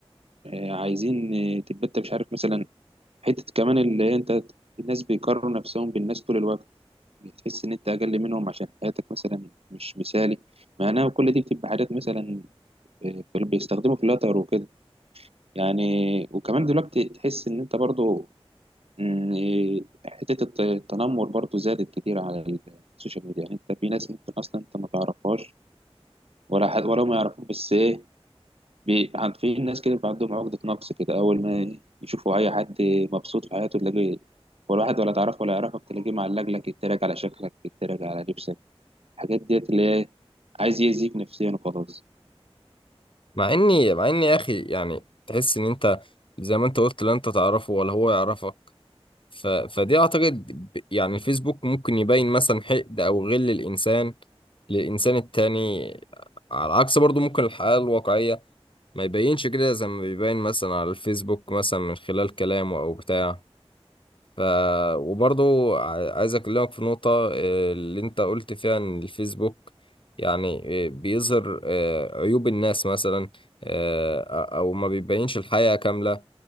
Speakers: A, on the right (about 65°); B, on the left (about 55°).
A: آه، عايزين آه، تبقى أنت مش عارف مثلا حتة كمان اللي أنت الناس بيقارنوا نفسهم بالناس طول الوقت بتحس ان انت اقل منهم عشان حياتك مثلا مش مثالي معناها كل دي بتبقى حاجات مثلا آه، بيستخدموا فلاتر وكده يعني وكمان دلوقتي تحس ان انت برضو مم، إيه، حتة الت- التنمر برضو زادت كتير على السوشيال ميديا يعني انت في ناس ممكن اصلا انت ما تعرفهاش ولا حد ولا ما يعرفوك بس ايه بي- عن- في ناس كده بيبقى عندهم عقدة نقص كده اول ما يشوفوا اي حد مبسوط في حياته تلاقيه ولا واحد ولا تعرفه ولا يعرفك تلاقيه معلق لك يتريق على شكلك يتريق على لبسك الحاجات ديت اللي هي عايز يأذيك نفسيا وخلاص
B: مع اني مع اني يا اخي يعني تحس ان انت زي ما انت قلت لا انت تعرفه ولا هو يعرفك ف... فدي اعتقد ب- يعني الفيسبوك ممكن يبين مثلا حقد او غل الانسان للانسان التاني على عكس برضو ممكن الحياة الواقعية ما يبينش كده زي ما بيبين مثلا على الفيسبوك مثلا من خلال كلامه او بتاع ف وبرضو ع- عايز اكلمك في نقطة آه، اللي انت قلت فيها ان الفيسبوك يعني آه، بيظهر آه، عيوب الناس مثلا آه، او ما بيبينش الحقيقة كاملة